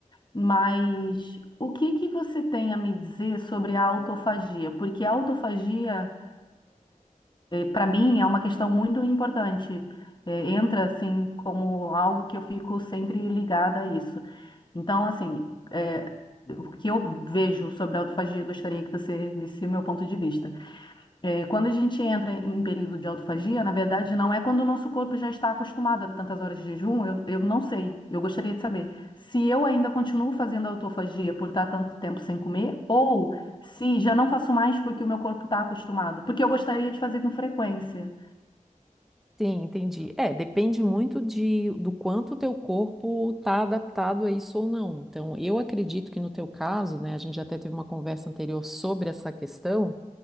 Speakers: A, on the left (about 35°); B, in the centre.
A: Mas o que que você tem a me dizer sobre a autofagia? Porque a autofagia para mim é uma questão muito importante. É, entra assim como algo que eu fico sempre ligada a isso. Então, assim, é, o que eu vejo sobre a autofagia, eu gostaria que você visse o meu ponto de vista. É, quando a gente entra em período de autofagia, na verdade, não é quando o nosso corpo já está acostumado a tantas horas de jejum, eu, eu não sei. Eu gostaria de saber se eu ainda continuo fazendo autofagia por estar tanto tempo sem comer, ou se já não faço mais porque o meu corpo está acostumado. Porque eu gostaria de fazer com frequência.
B: Sim, entendi. É, depende muito de, do quanto o teu corpo está adaptado a isso ou não. Então, eu acredito que no teu caso, né, a gente até teve uma conversa anterior sobre essa questão,